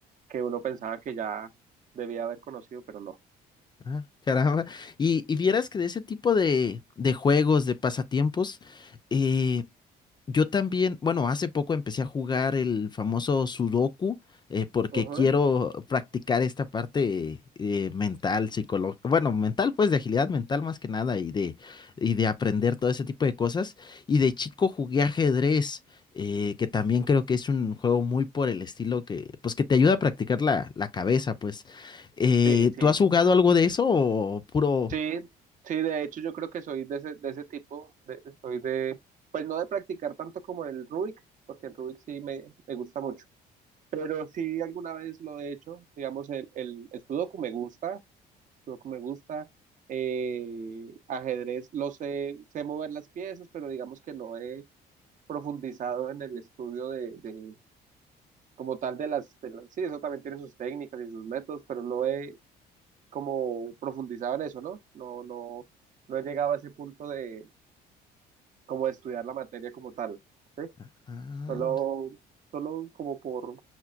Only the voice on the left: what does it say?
Ah, caramba. Y, y vieras que de ese tipo de, de juegos, de pasatiempos, eh, Yo también, bueno, hace poco empecé a jugar el famoso Sudoku eh, porque
quiero practicar esta parte eh, mental, psicológica, bueno, mental pues de agilidad mental más que nada y de, y de aprender todo ese tipo de cosas. Y de chico jugué ajedrez, eh, que también creo que es un juego muy por el estilo que, pues que te ayuda a practicar la, la cabeza, pues. Eh,
¿tú has jugado algo de eso o puro...
Ah, ah,